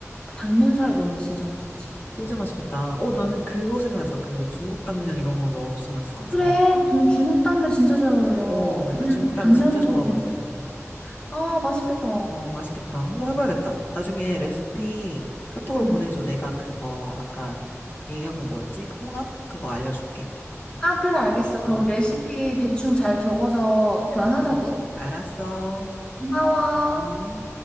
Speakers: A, on the left; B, on the left.
A: 당면살에 넣으면 진짜 맛있지.
B: 진짜 맛있겠다. 어, 나는 그거 생각나서 그 중국 당면 이런 거 너무 진짜 맛있을 것
A: 그래,
B: 같은데.
A: 중, 중국 당면 진짜 잘 어울려.
B: 어,
A: 그냥
B: 나 중국 당면
A: 당면도
B: 진짜 좋아하거든.
A: 괜찮아. 아, 맛있겠다.
B: 어, 맛있겠다. 한번 해봐야겠다. 나중에 레시피 카톡으로
A: 음.
B: 보내줘. 내가 그거 아까 얘기한 거 뭐였지? 그 홍합? 그거 알려줄게.
A: 아, 그래, 알겠어.
B: 어,
A: 그럼 레시피 대충 잘 적어서 교환하자고.
B: 음, 알았어.
A: 고마워.
B: 음.